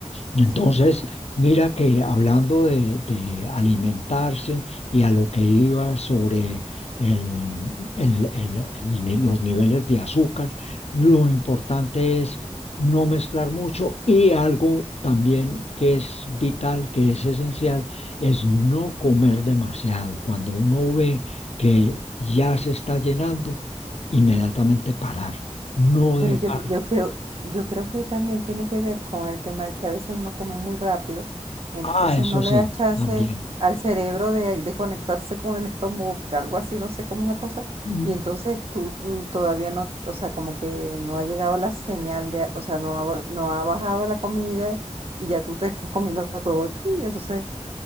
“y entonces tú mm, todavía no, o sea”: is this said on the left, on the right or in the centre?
Right